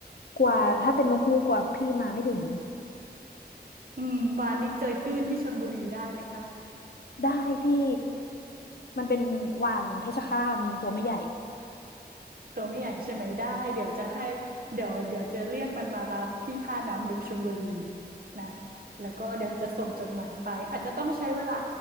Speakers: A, on the left; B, on the right.
A: กลัว่าถ้าเป็นนกฮูกกลัว่าพี่มาไม่ถึง
B: อืมวานนี้เจยตื้นที่ชลบุรีได้ไหมคะ
A: ได้พี่มันเป็นวานเพชรฆาตมันตัวไม่ใหญ่
B: ตัวไม่ใหญ่ใช่ไหมได้เดี๋ยวจะให้เดี๋ยวเดี๋ยวจะเรียกมันมารับที่ท่าน้ำลึกชลบุรีนะแล้วก็เดี๋ยวจะส่งจดหมายไปอาจจะต้องใช้เวลา